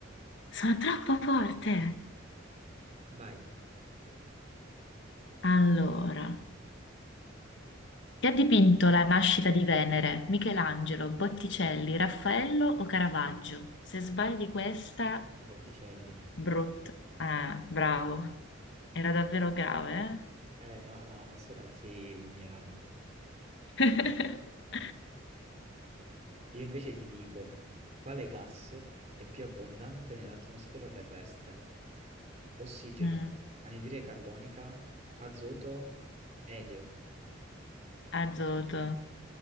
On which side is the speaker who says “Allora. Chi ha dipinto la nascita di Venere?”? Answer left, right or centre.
Left